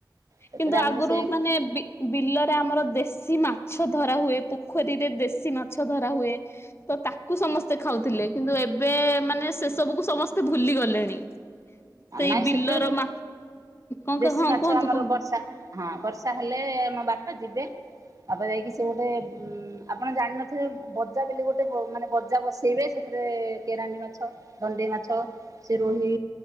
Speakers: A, on the right; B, on the left.
A: ସେତେବେଳେ
B: କିନ୍ତୁ
A: ଆମର
B: ଆଗରୁ
A: ସେ
B: ମାନେ ବିଲରେ ଆମର ଦେଶୀ ମାଛ ଧରା ହୁଏ ପୋଖରୀରେ ରେ ଦେଶୀ ମାଛ ଧରା ହୁଏ ତ ତାକୁ ସମସ୍ତେ ଖାଉଥିଲେ କିନ୍ତୁ ଏବେ ମାନେ ସେ ସବୁକୁ ସମସ୍ତେ ଭୁଲି ଗଲେଣି ସେଇ
A: ନାଇଁ
B: ବିଲର
A: ସେତେବେଳେ
B: ମା କଣ
A: ଦେଶୀ
B: କ ହଁ
A: ମାଛ
B: କୁହନ୍ତୁ
A: ଆମର
B: କୁହନ୍ତୁ।
A: ବର୍ଷା ହଁ ବର୍ଷା ହେଲେ ଆମ ବାପା ଯିବେ। ତାପ ଯାଇକି ସେ ଗୋଟେ ଉଁ ଆପଣ ଜାଣିନଥିବେ ବଜା ବ ଗୋଟେ ମାନେ ବଜା ବସେଇବେ ସେ ସେଥିରେ କେରାଣ୍ ମାଛ ଧଣ୍ଣ୍ଡେଇ ମାଛ ସେ ରୋହି